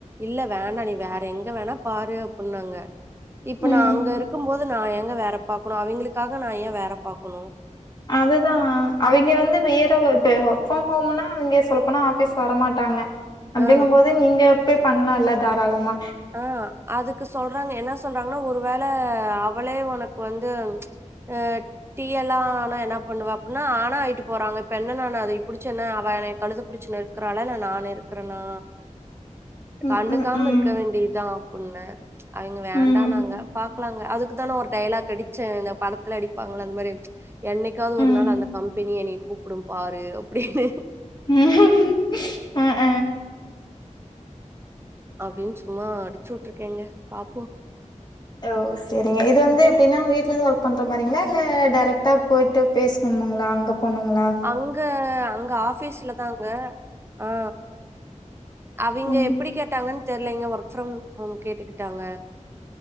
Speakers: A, on the right (about 20°); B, on the left (about 35°).
A: இல்ல வேணா நீ வேற எங்க வேணா பாரு அப்புன்னாங்க இப்ப
B: ம்
A: நா அங்க இருக்கும்போது நா ஏங்க வேற பாக்கனு அவிங்களுக்காக நா ஏ வேற பாக்கனு
B: அதுதா அவிங்க வந்து வேற இப்ப ஒர்க் ஃப்ரம் ஹோமுனா அவிங்க சொல்லப்போனா ஆஃபீஸ் வரமாட்டாங்க அப்டின்னம்போதே
A: ஆ
B: நீங்க போய் பண்லால தாராளமா
A: ஆ அதுக்கு சொல்றாங்க என்ன சொல்றாங்கன்னா ஒரு வேள அவளே ஒனக்கு வந்து ஆ டீ எல்லா ஆனா என்னாப் பண்ணுவா அப்புன்னா ஆனா ஆயிட்டுப் போறாங்க இப்ப என்ன நானா அதையிப் பிடிச்சி என்ன அவ எனைக் கழுதப் பிடிச்சி நெருக் க்கறாளா இல்ல நா நெருக்றனா
B: ம்,
A: கண்டுக்காம
B: ம், ம்,
A: இருக்க வேண்டிதா அப்புன்னே அவிங்க வேண்டானாங்க
B: ம்,
A: பாக் க்லாங்க அதுக்கு தானே ஒரு டைலாக் அடிச்சே இந்தப் படத்ல அடிப்பாங்கள அந்த மாரி என்னைக்காவது
B: ம்.
A: ஒரு நாள் அந்தக் கம்பெனி எனையக் கூப்டும் பாரு அப்டினு
B: ம் ஹ ஹ
A: அப்டின் சும்மா அடிச்சுவுட்ருக்கேங்க பாப்போ
B: ஓ செரிங்க இது வந்து எப்டினா வீட்டுலந்து ஒர்க் பண்ற மாரிங்ளா இல்ல டேரெக்ட் டாப் போயட்டு பேச்ணும்முங்ளா அங்கப் போனுங்ளா
A: அங்க அங்க ஆஃபீஸ்லதாங்க அ அவிங்க
B: ம்,
A: எப்டி கேட்டாங்கன் தெர்லைங்க ஒர்க் ஃப்ரம் ஹோம் கேட்டுகிட்டாங்க